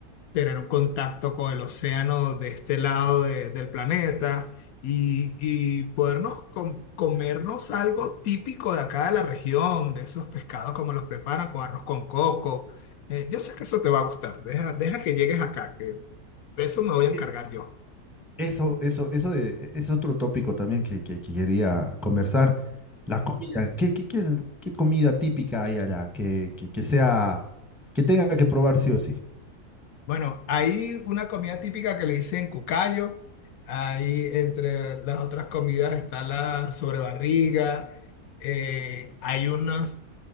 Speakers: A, on the left; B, in the centre.
A: tener un contacto con el océano de este lado de- del planeta y, y podernos com- comernos algo típico de acá de la región, de esos pescados como los preparan con arroz con coco. Eh, yo sé que eso te va a gustar, deja, deja que llegues acá, que de eso me voy a encargar
B: E-
A: yo.
B: Eso, eso, eso de- es otro tópico también que, que- que quería conversar. La comida. ¿Qué, qué- qué- qué comida típica hay allá que, que- que sea, que tenga que probar sí o sí?
A: Bueno, hay una comida típica que le dicen cucayo. Ahí entre las otras comidas está la sobrebarriga. eh, hay unos